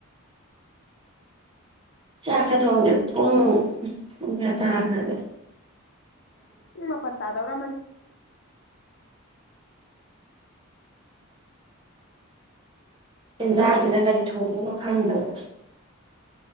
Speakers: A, on the right; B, on the left.
A: ꯆꯥꯛꯀ ꯊ ꯍꯧꯔꯦ ꯄꯨꯡ ꯄꯌꯥ ꯇꯥꯈ꯭ꯔꯒ
B: ꯎꯄꯟ ꯇ ꯑꯗꯕꯔꯃ
A: ꯌꯦꯦꯟꯖꯥꯡꯁꯤꯅ ꯀꯔꯤ ꯊꯣꯡꯗꯣꯏꯅꯣ ꯈꯪꯗꯕꯗ